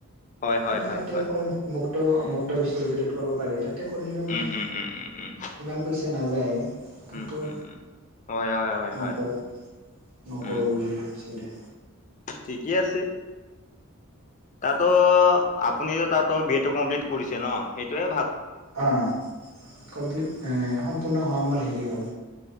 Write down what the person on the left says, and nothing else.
হয় হয়
হয়
হয়
উম উম উম উম উম
উম উম উম হয় হয় হয় হয়
উম
ঠিকে আছে। তাতো আপুনিতো তাতো বি এটো কমপ্লিট কৰিছে ন সেইটোৱে।